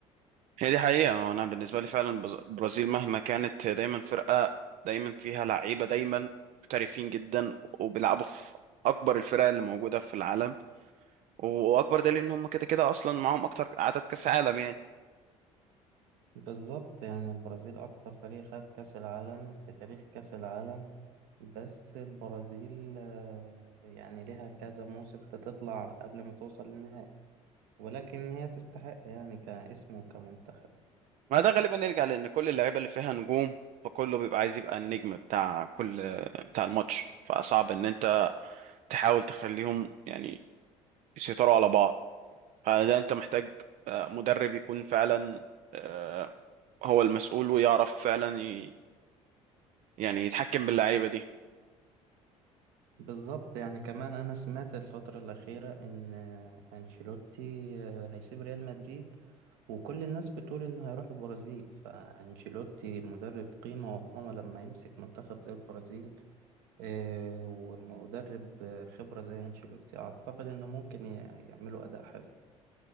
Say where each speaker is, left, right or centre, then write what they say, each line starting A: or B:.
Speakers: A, on the right; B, on the right.
A: هي دي حقيقة انا بالنسبة لي فعلا بز- البرازيل مهما كانت هي دايما فرقة دايما فيها لعيبة دايما محترفين جدا وبيلعبوا في اكبر الفرق اللي موجودة في العالم واكبر دليل ان هم كده كده اصلا معاهم اكتر عدد كأس عالم يعني
B: بالظبط يعني البرازيل أكتر فريق خد كأس العالم في تاريخ كأس العالم بس البرازيل آه، يعني لها كذا موسم بتطلع قبل ما توصل للنهائي ولكن هي تستحق يعني كاسم وكمنتخب
A: ما ده غالبا يرجع لان كل اللعيبة اللي فيها نجوم فكله بيبقى عايز يبقى النجم بتاع كل بتاع الماتش فصعب ان انت تحاول تخليهم يعني يسيطروا على بعض فده انت محتاج آه، مدرب يكون فعلا آه، هو المسؤول ويعرف فعلا ي- يعني يتحكم باللعيبه دي
B: بالظبط يعني كمان أنا سمعت الفترة الأخيرة إن أنشيلوتي هيسيب ريال مدريد وكل الناس بتقول إنه هيروح البرازيل فأنشيلوتي مدرب قيمة وقامة لما يمسك منتخب زي البرازيل آه، ومدرب خبرة زي أنشيلوتي أعتقد إنه ممكن ي- يعملوا أداء حلو